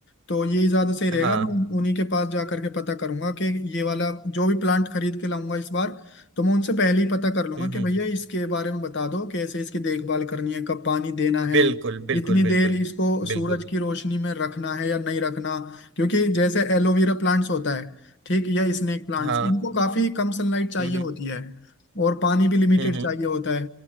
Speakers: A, on the left; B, on the right.
A: तो यही ज्यादा सही रहेगा
B: हाँ
A: मैं उन- उन्हीं के पास जा करके पता करूंगा कि ये वाला जो भी प्लांट खरीद के लाऊंगा इस बार तो मैं उनसे पहले ही पता कर लूंगा
B: हम्म
A: कि
B: हम्म
A: भैया इसके बारे में बता दो कैसे इसकी देखभाल करनी है कब पानी देना है
B: बिल्कुल बिल्कुल
A: कितनी
B: बिल्कुल
A: देर इसको सूरज
B: बिल्कुल
A: की रोशनी में रखना है या नहीं रखना क्योंकि जैसे एलोवेरा प्लांट्स होता है ठीक या स्नेक प्लांट्स
B: हाँ
A: इनको काफी कम सनलाइट चाहिए
B: हम्म
A: होती है और पानी भी लिमिटेड
B: हम्म हम्म
A: चाहिए होता है